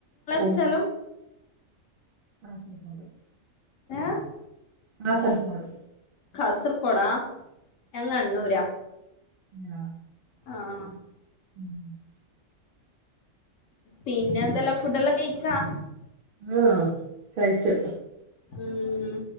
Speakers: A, on the right; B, on the left.
A: ഓ
B: സ്ഥലം
A: ആ <unintelligible>
B: ഏ
A: കാസർകോഡ്
B: കാസർകൊഡാ ഞാൻ കണ്ണൂരാ
A: ആഹ
B: ആഹ
A: ഉം <unintelligible>
B: പിന്നെ എന്തല്ല ഫുഡ എല്ലാം കഴിച്ചാ?
A: ആഹ കഴിച്ചു.
B: ഉം